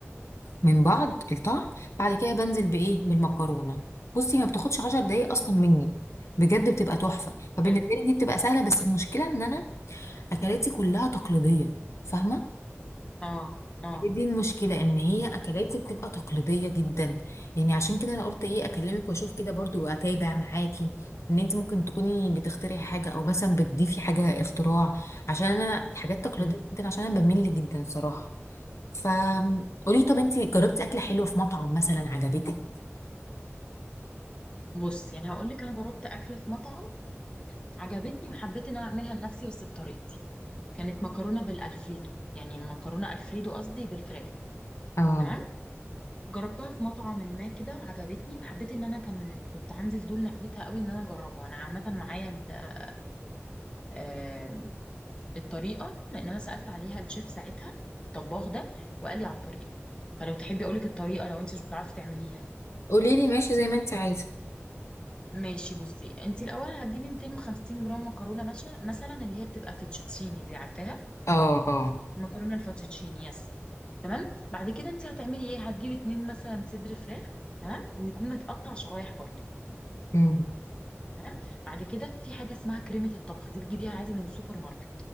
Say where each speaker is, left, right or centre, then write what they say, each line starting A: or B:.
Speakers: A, on the left; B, on the left.
A: من بعض الطعم بعد كده بنزل بايه بالمكرونه بصي ما بتاخدش عشر دقايق اصلا مني بجد بتبقى تحفه فبالنسبه
B: حلو
A: لي دي بتبقى سهله بس المشكله ان انا اكلاتي كلها تقليديه فاهمه
B: اه اه
A: هي دي المشكله ان هي اكلاتي بتبقى تقليديه جدا يعني عشان كده انا قلت ايه اكلمك واشوف كده برضو واتابع معاكي ان انت ممكن تكوني بتخترعي حاجه او مثلا بتضيفي حاجه اختراع عشان انا الحاجات التقليديه
B: مم.
A: جدا عشان انا بمل جدا صراحه فقولي طب انتي جربتي اكله حلوه في مطعم مثلا عجبتك
B: بص يعني هقول لك انا جربت اكله في مطعم عجبتني وحبيت ان انا اعملها لنفسي بس بطريقتي كانت مكرونه بالالفريدو يعني مكرونه الفريدو قصدي بالفراخ
A: اه
B: تمام جربتها في مطعم ما كده وعجبتني وحبيت ان انا كان كنت عندي فضول ناحيتها قوي ان انا اجربها انا عامه معايا ال- آم، الطريقه لان انا سالت عليها الشيف ساعتها الطباخ ده وقال لي على الطريقه فلو تحبي اقول لك الطريقه لو انت مش بتعرفي تعمليها
A: قولي لي ماشي زي ما انت عايزه
B: ماشي بصي انت الاول هتجيبي 250 جرام مكرونه مش- مثلا اللي هي بتبقى فيتشوتشيني دي عارفاها
A: اه اه
B: مكرونه الفاتوتشيني يس تمام بعد كده انت هتعملي ايه هتجيبي اتنين مثلا صدر فراخ تمام ويكون متقطع شرايح برضو
A: امم
B: تمام بعد كده في حاجه اسمها كريمه الطبخ دي بتجيبيها عادي من السوبر ماركت